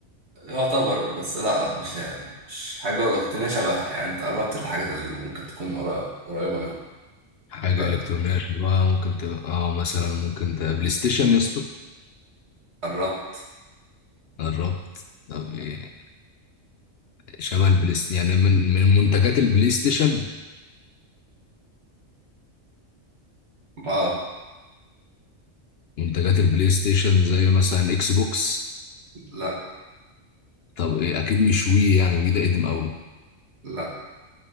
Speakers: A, on the right; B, on the left.
A: يعتبر بس لا لا مش مش حاجة إلكترونية شبهها يعني انت قربت الحاجات اللي ممكن تكون قرا- قريبة منها
B: حاجة
A: لا
B: إلكترونية شبه ممكن تبقى أو مثلا ممكن تبقى بلاي ستيشن يا اسطى
A: قربت
B: قربت طب إيه؟ شبه البلاي ستيشن يعني من من منتجات البلاي ستيشن
A: ما
B: منتجات البلاي ستيشن زي مثلا اكس بوكس
A: لا
B: طب ايه اكيد مش وي يعني وي ده قديم قوي
A: لا